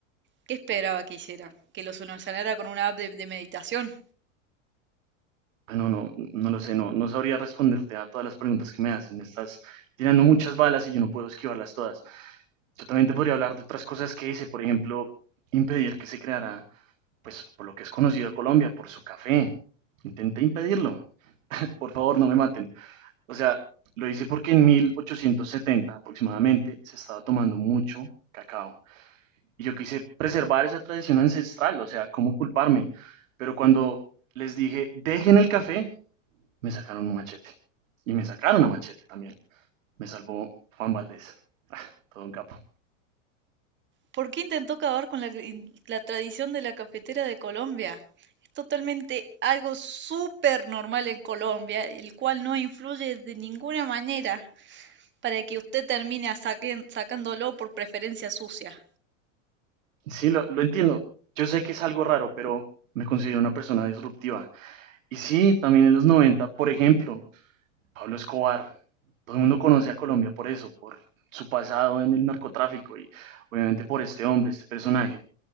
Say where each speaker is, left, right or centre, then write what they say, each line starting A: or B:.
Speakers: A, on the right; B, on the right.
A: ¿Qué esperaba que hiciera? ¿Que lo solucionara con una app de, de meditación?
B: Ah, No, no, no lo sé, no, no sabría responderte a todas las preguntas que me haces. Me estás tirando muchas balas y yo no puedo esquivarlas todas. Yo también te podría hablar de otras cosas que hice, por ejemplo, impedir que se creara, pues, por lo que es conocido Colombia, por su café. Intenté impedirlo. Por favor, no me maten. O sea, lo hice porque en 1870 aproximadamente se estaba tomando mucho cacao. Y yo quise preservar esa tradición ancestral, o sea, ¿cómo culparme? Pero cuando les dije, dejen el café, me sacaron un machete. Y me sacaron a machete también. Me salvó Juan Valdés. Ah, todo un capo.
A: ¿Por qué intentó acabar con la, la tradición de la cafetera de Colombia? Es totalmente algo súper normal en Colombia, el cual no influye de ninguna manera para que usted termine saquen- sacándolo por preferencia sucia.
B: Sí, lo, lo entiendo. Yo sé que es algo raro, pero me considero una persona disruptiva. Y sí, también en los 90, por ejemplo, Pablo Escobar. Todo el mundo conoce a Colombia por eso, por su pasado en el narcotráfico y obviamente por este hombre, este personaje.